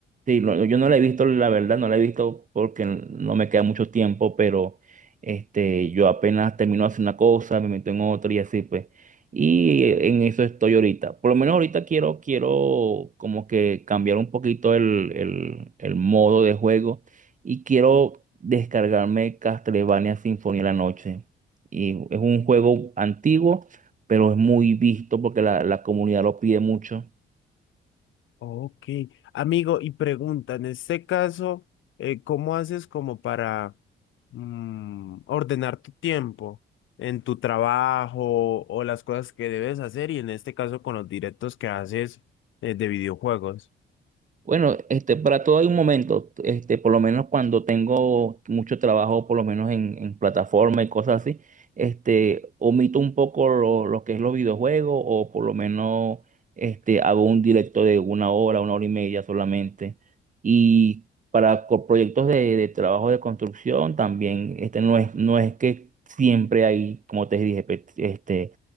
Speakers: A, on the right; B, on the left.
A: Sí, lo- yo no la he visto, la verdad, no la he visto porque no me queda mucho tiempo, pero este, yo apenas termino de hacer una cosa, me meto en otra y así pues. Y eh, en eso estoy ahorita. Por lo menos ahorita quiero, quiero como que cambiar un poquito el, el, el modo de juego y quiero descargarme Castlevania Sinfonía de la Noche. Y es un juego antiguo, pero es muy visto porque la, la comunidad lo pide mucho.
B: Ok, amigo, y pregunta, en este caso, eh, ¿cómo haces como para mm, ordenar tu tiempo en tu trabajo o las cosas que debes hacer y en este caso con los directos que haces eh, de videojuegos?
A: Bueno, este, para todo hay un momento, este, por lo menos cuando tengo mucho trabajo, por lo menos en, en plataforma y cosas así, este, omito un poco lo, lo que es los videojuegos o por lo menos este, hago un directo de una hora, una hora y media solamente. Y para co- proyectos de, de trabajo de construcción también, este, no es, no es que siempre hay, como te dije, pe- este,